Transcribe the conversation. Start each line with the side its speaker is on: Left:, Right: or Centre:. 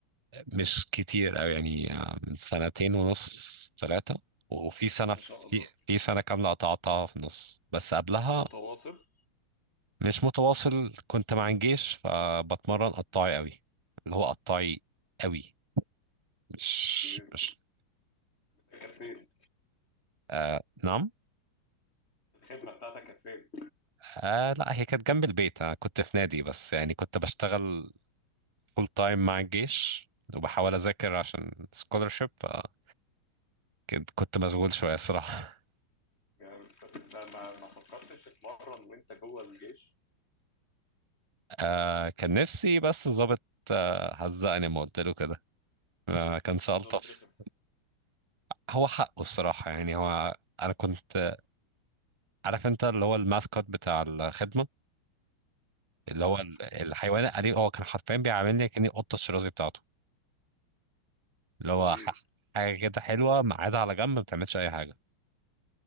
Right: مش كتير قوي يعني آه، من سنتين ونص ثلاثة وفي سنة
Left: ما
Right: في
Left: شاء الله
Right: في سنة كاملة قطعتها في النص بس قبلها
Left: متواصل
Right: مش متواصل كنت مع الجيش فبتمرن قطاعي قوي اللي هو قطاعي قوي مش
Left: جميل.
Right: مش
Left: كانت فين
Right: آه نعم
Left: الخدمه بتاعتك كانت فين
Right: آه لا هي كانت جنب البيت انا كنت في نادي بس يعني كنت بشتغل فول تايم مع الجيش وبحاول اذاكر عشان سكولرشيب آه كنت كنت مشغول شويه الصراحه
Left: جامد طب انت ما ما فكرتش تتمرن وانت جوه الجيش
Right: <laughs> آه كان نفسي بس ظابط آه هزقني ما قلت له كده ما كانش
Left: كان
Right: الطف
Left: ظابط رخم
Right: هو حقه الصراحه يعني هو انا كنت عارف انت اللي هو الماسكوت بتاع الخدمه اللي
Left: تمام.
Right: هو ال- الحيوان الأليف هو كان حرفيا بيعاملني
Left: مم.
Right: كأني قطة الشرازي بتاعته اللي هو
Left: لذيذ
Right: ح- حاجة كده حلوة قاعدة على جنب ما بتعملش أي حاجة